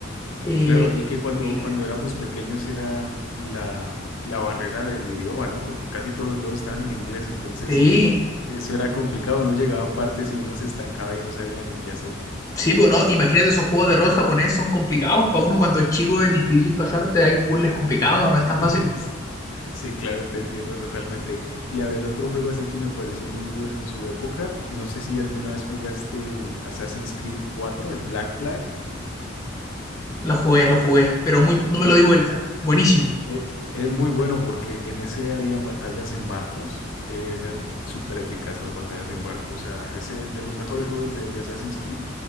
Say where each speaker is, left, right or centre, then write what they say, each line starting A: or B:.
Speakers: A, on the left; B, on the left.
A: Eh,
B: Claro, y que cuando,
A: increíble.
B: cuando éramos pequeños era mm, la, la barrera del idioma, ¿no? Porque casi todos los juegos estaban en inglés, entonces
A: Sí,
B: eso era complicado. Uno llegaba a partes y uno se estancaba y no sabía ni qué hacer.
A: sí, bueno, imagínate esos juegos de rol japonés son complicados. Para uno cuando es chico es difícil pasarte, hay puzzles complicados,
B: <laughs>
A: no es tan fácil.
B: Sí, claro, te entiendo totalmente. Y a ver, otro juego así que me pareció muy bueno en su época. No sé si alguna vez jugaste el Assassin's Creed 4, el Black Flag.
A: Lo jugué, lo jugué, pero muy, no me
B: el
A: lo di vuelta. Buenísimo.
B: Eh, es muy bueno porque en ese habían batallas en barcos, eran súper épicas las batallas en barco, o sea, ese de los mejores juegos de, de Assassin's Creed